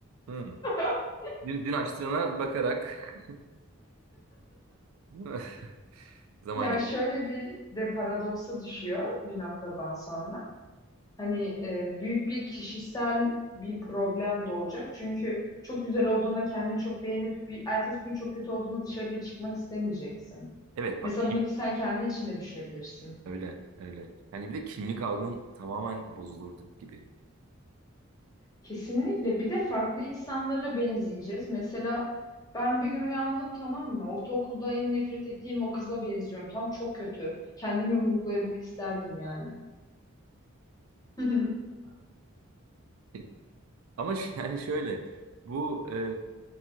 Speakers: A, on the right; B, on the left.
A: Hmm.
B: <laughs>
A: Dün, dün açtığına bakarak <laughs> zaman
B: Ya
A: geçti.
B: şöyle bir de paradoksa düşüyor bir noktadan sonra. Hani e, büyük bir kişisel bir problem doğacak. Çünkü çok güzel olduğunda kendini çok beğenip bir ertesi gün çok kötü olduğunda dışarı bir çıkmak istemeyeceksin.
A: Evet bak
B: Mesela
A: kim
B: bunu ki sen kendi içinde düşünebilirsin.
A: öyle öyle. Yani bir de kimlik algın tamamen bozulurdu gibi.
B: Kesinlikle. Bir de farklı insanlara benzeyeceğiz. Mesela ben bir gün uyandım tamam mı? Ortaokulda en nefret ettiğim o kıza benziyorum. Tam çok kötü. Kendimi yumruklayamak isterdim yani. <laughs>
A: <laughs> Ama ş- yani şöyle bu e,